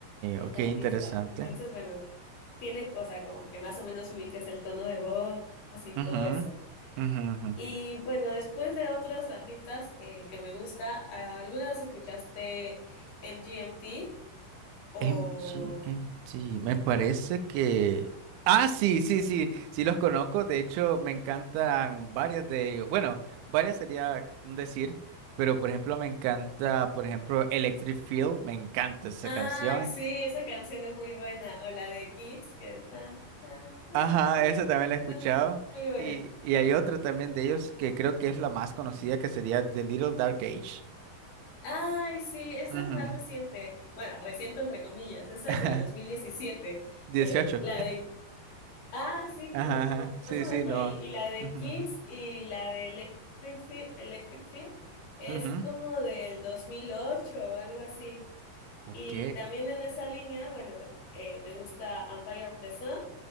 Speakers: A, on the left; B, on the right.
A: esta
B: ok, interesante.
A: artista. Entonces, bueno. tiene, o sea, como que más o menos ubiques el tono de voz y todo
B: Ujú,
A: eso.
B: ujú, ujú.
A: Y bueno, después de otros artistas eh, que me gusta, ah, ¿alguna vez escuchaste MGMT? O...
B: MG, MG, me parece que... Ah, sí, sí, sí, sí los conozco. De hecho, me encantan varias de ellos. Bueno, varias sería un decir, pero por ejemplo, me encanta, por ejemplo, Electric Feel, me encanta esa
A: Ay,
B: canción.
A: sí, esa canción es muy buena. O la de Kids, que es tan, tan, tan,
B: Ajá,
A: taran.
B: esa también la
A: Esa
B: he escuchado.
A: es muy buena.
B: Y, y hay otra también de ellos que creo que es la más conocida, que sería The Little Dark Age.
A: Ay, sí, esa
B: Ujú.
A: es más reciente. Bueno, reciente entre comillas, esa
B: <laughs>
A: es del 2017.
B: 18.
A: Eh, la de Ah, sí,
B: Ajá,
A: bueno,
B: ajá.
A: ma-
B: Sí,
A: más o menos
B: sí,
A: por
B: no.
A: ahí. Y la de
B: Ujú,
A: Kids
B: ujú.
A: y la de Electric, Fi- Electric Field es
B: Ujú.
A: como del 2008 o algo así.
B: Ok.
A: Y también en esa línea, bueno, eh, me gusta Empire of the Sun.